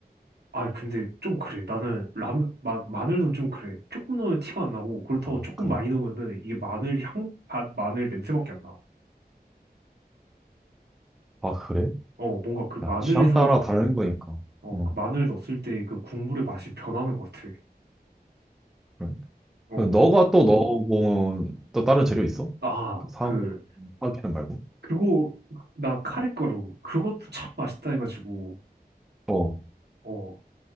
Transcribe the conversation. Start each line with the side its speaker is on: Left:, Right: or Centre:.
Right: 아, 근데 좀 그래. 나는 라면, 마, 마늘 넣으면 좀 그래. 조금 넣으면 티가 안 나고, 그렇다고
Centre: 아,
Right: 조금
Centre: 그래?
Right: 많이 넣으면은 이게 마늘 향, 바, 마늘 냄새밖에 안 나.
Centre: 아, 그래?
Right: 어, 뭔가 그
Centre: 야,
Right: 마늘에서,
Centre: 취향 따라 다른 거니까.
Right: 어,
Centre: 어.
Right: 그 마늘 넣었을 때 그 국물의 맛이 변하는 것 같아.
Centre: 그래.
Right: 어,
Centre: 너가 또 넣어본 또 다른 재료 있어?
Right: 아,
Centre: 그 사고,
Right: 그,
Centre: 사기는 말고?
Right: 그거, 나 카레가루, 그것도 참 맛있다 해가지고,
Centre: 어,
Right: 어,